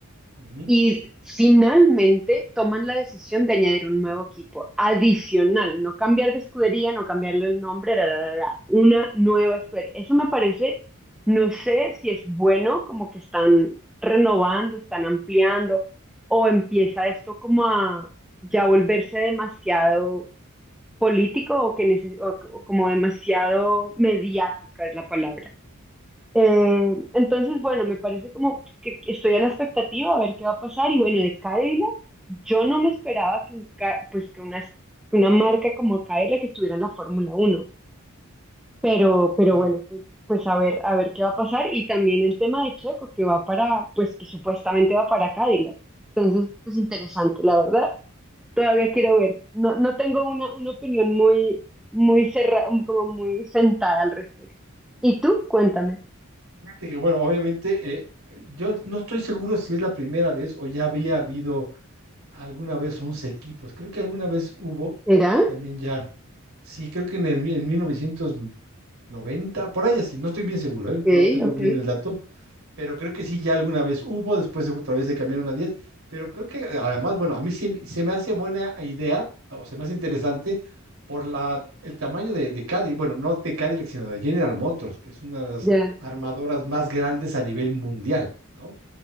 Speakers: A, on the right (about 75°); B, in the centre.
A: Ujú.
B: y finalmente toman la decisión de añadir un nuevo equipo adicional, no cambiar de escudería, no cambiarle el nombre, ra, ra, ra, ra, una nueva escudería. Eso me parece, no sé si es bueno, como que están renovando, están ampliando, o empieza esto como a ya volverse demasiado político o que neces- o- o como demasiado mediática es la palabra. Eh, entonces, bueno, me parece como que estoy a la expectativa a ver qué va a pasar. Y bueno, de Cadillac, yo no me esperaba que, un, ca- pues, que una, una marca como Cadillac estuviera en la Fórmula Uno Pero, pero
A: Claro.
B: bueno, pues, pues a ver, a ver qué va a pasar. Y también el tema de Checo, que va para, pues que supuestamente va para Cadillac. Entonces, es interesante, la verdad. Todavía quiero ver. No, no tengo una, una opinión muy, muy cerrada, como muy sentada al respecto. ¿Y tú? Cuéntame.
A: Fíjate que, bueno, obviamente, eh, yo no estoy seguro si es la primera vez o ya había habido alguna vez 11 equipos. Creo que alguna vez hubo
B: ¿Será?
A: también ya. Sí, creo que en el mi- en mil novecientos noventa por ahí así, no estoy bien seguro,
B: ok,
A: ¿eh? No tengo
B: ok,
A: bien el dato, pero creo que sí, ya alguna vez hubo, después otra vez se cambiaron a diez pero creo que además, bueno, a mí sí se me hace buena idea, o se me hace interesante por la, el tamaño de, de Cadillac, bueno, no de Cadillac, sino de General Motors, que es una de las
B: ya.
A: armadoras más grandes a nivel mundial, ¿no?